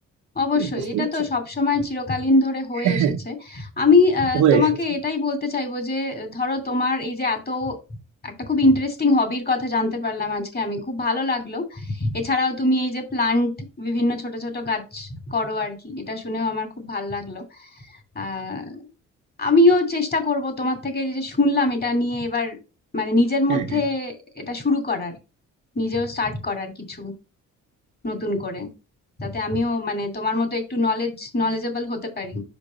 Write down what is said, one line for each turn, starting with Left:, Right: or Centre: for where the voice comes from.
Left: অবশ্যই
Right: হুম, বুঝতে
Left: এটা
Right: পারছো
Left: তো সবসময় চিরকালীন ধরে হয়ে
Right: হ্যাঁ
Left: এসেছে আমি আহ,
Right: হয়ে
Left: তোমাকে
Right: এসেছে
Left: এটাই
Right: হ্যাঁ।
Left: বলতে চাইবো যে আহ, ধরো তোমার এই যে এত একটা খুব ইন্টারেস্টিং হবির কথা জানতে পারলাম আজকে আমি খুব ভালো লাগলো এছাড়াও তুমি এই যে প্লান্ট বিভিন্ন ছোট ছোট গাছ করো আর কি এটা শুনেও আমার খুব ভালো লাগলো আহ আমিও চেষ্টা করব তোমার থেকে যে যে শুনলাম এটা নিয়ে এবার মানে নিজের মধ্যে
Right: হ্যাঁ হ্যাঁ
Left: এটা শুরু করার নিজেও স্টার্ট করার কিছু নতুন করে যাতে আমিও মানে তোমার মতো একটু নলেজ নলেজেবল হতে পারি